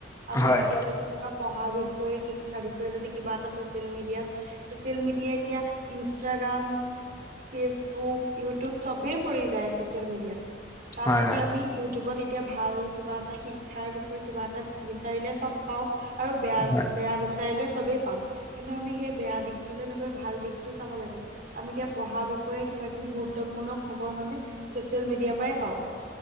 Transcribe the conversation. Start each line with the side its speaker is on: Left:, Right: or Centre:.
Right: আমি
Left: হয়
Right: এতিয়া যদি কিবা পঢ়া বিষয় শিক্ষাৰ বিষয়ে যদি কিবা এটা ছচিয়েল মিডিয়াত ছচিয়েল মিডিয়াই এতিয়া ইনষ্টাগ্ৰাম ফেচবুক ইউটিউব চবেই পৰি যায় ছচিয়েল মিডিয়াত। তাত
Left: হয়
Right: যদি
Left: হয়
Right: আমি ইউটিউবত এতিয়া ভাল কিবা এটা শিক্ষাৰ বিষয়ে কিবা এটা বিচাৰিলে চব পাওঁ। আৰু বেয়া
Left: হয়
Right: বেয়া বিচাৰিলেও চবেই পাম, কিন্তু আমি সেই বেয়া দিশটোলে নগৈ ভাল দিশ লাগে আমি এতিয়া পঢ়া বিষয়ে কিবা কিবি গুৰুত্বপূৰ্ণ খবৰ মানে ছচিয়েল মিডিয়াৰ পাই পাওঁ